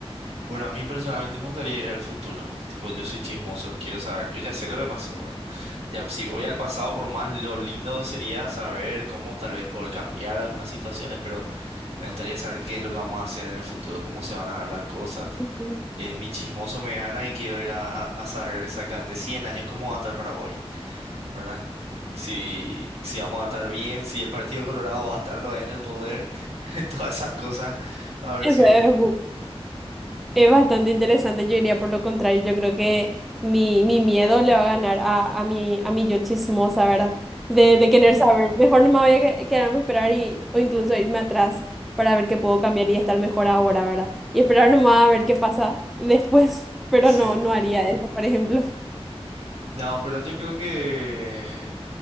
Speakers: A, on the right (about 75°); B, in the centre.
A: Bueno, a mí personalmente me gustaría ir al futuro. Tipo, yo soy chismoso, quiero saber. Yo ya sé lo que pasó, ¿verdad? Ya, si voy al pasado, por más lo lindo sería saber cómo tal vez poder cambiar algunas situaciones, pero me gustaría saber qué es lo que vamos a hacer en el futuro, cómo se van a dar las cosas.
B: Ujú.
A: Eh, mi chismoso me gana y quiero ir a, a- a saber exactamente 100 años cómo va a estar Paraguay, ¿verdad? Si, si vamos a estar bien, si el Partido Colorado va a estar todavía en el poder, <laughs> todas esas cosas, a ver
B: Eso
A: si...
B: es
A: <laughs>
B: Es bastante interesante, yo diría por lo contrario, yo creo que mi, mi miedo le va a ganar a, a mi, a mi yo chismosa, ¿verdad? De, de querer saber, mejor no me voy a que- quedarme a esperar y, o incluso irme atrás para ver qué puedo cambiar y estar mejor ahora, ¿verdad? Y esperar nomás a ver qué pasa después, <laughs> pero
A: Sí.
B: no, no haría eso, por ejemplo.
A: No, pero yo creo que,